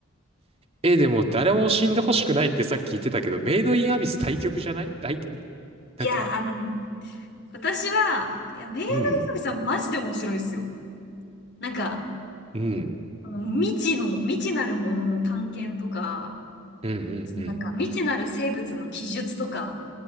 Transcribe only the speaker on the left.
いや、あの、私は、いや、メイドヒカゲさんマジで面白いですよ。
なんか、
あの未知の、未知なるものの探検とか、
そのなんか未知なる生物の記述とか、